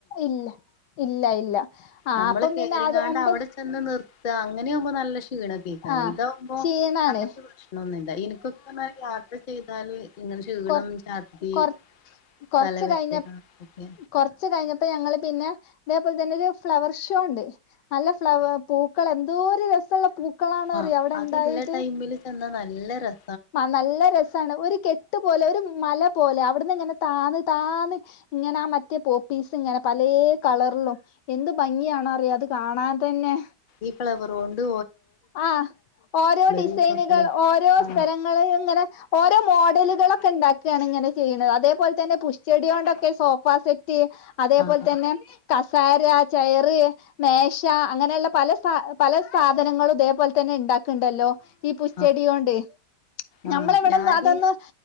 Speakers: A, on the left; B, on the left.
A: ഇല്ല ഇല്ല ഇല്ല ആഹ്
B: നമ്മൾ
A: അപ്പം
B: കേരിങ്ങാണ്ട്
A: പിന്നെ അത് ഒമ്പത്
B: അവിടെ ചെന്ന് നിർ ത്താ അങ്ങനെയ ആവുമ്പോ നല്ല ക്ഷീണ കേൾക്കാറും
A: ആഹ്
B: ഇതാകുമ്പോ
A: ക്ഷീണാണ്
B: അങ്ങനത്തെ പ്രശ്നമൊന്നുമില്ല എനിക്കൊക്കെല് യാത്ര ചെയ്താല് ഇങ്ങനെ ക്ഷീണം
A: കൊ
B: ഛർദി
A: കൊ കൊറച്ച്
B: തലവേദന
A: കഴിഞ്ഞ
B: ഒക്കെ
A: കൊറച്ച് കഴിഞ്ഞപ്പോ ഞങ്ങള് പിന്നെ അതേപോലെ തന്നെ ഒരു ഫ്ലവർ ഷോ ഉണ്ട് നല്ല ഫ്ലവ പൂക്കൾ എന്തോ രസമുള്ള പൂക്കളാണ്
B: ആ
A: അറിയോ അവിടെ
B: അതില്ല
A: ഉണ്ടായത്
B: ടൈമില് ചെന്ന നല്ല നല്ല രെസം
A: നല്ല രസമാണ് ഒരു കെട്ട് പോലെ ഒരു മല പോലെ അവിടന്ന് ഇങ്ങനെ താന്ന താന്ന ഇങ്ങനെ ആ മറ്റേ പോപ്പീസ് ഇങ്ങനെ പല കളറിലും എന്ത് ഭംഗിയണോ അറിയ അത് കാണാൻ തന്നെ
B: ഇപ്പെ അവർ ഒണ്ട്
A: ആ ഓരോ ഡിസൈനുകൾ
B: രൂപങ്ങള്
A: ഓരോ
B: ആ
A: സ്ഥലങ്ങ ഇങ്ങനെ ഓരോ മോഡലുകളൊക്കെ ഉണ്ടാക്കുകാണ് ഇങ്ങനെ ചെയ്യുന്നത് അതേപോലെ തന്നെ പുഷച്ചെടിയ കൊണ്ടൊക്കെ സോഫ സെറ്റ് അതേപോലെ
B: ആഹ്
A: തന്നെ സര ചയറ് മേശ അങ്ങനെയുള്ള പല പല സാധനങ്ങളും അതേപോലെ തന്നെ ഉണ്ടാക്കണ്ടല്ലോ ഈ പുസ്ചെടിയൊണ്ട്
B: ആഹ് ആഹ്
A: നഞമ്മള
B: ആഹ്
A: ഇവിടെന്ന്
B: ഞാന്
A: അതൊന്ന്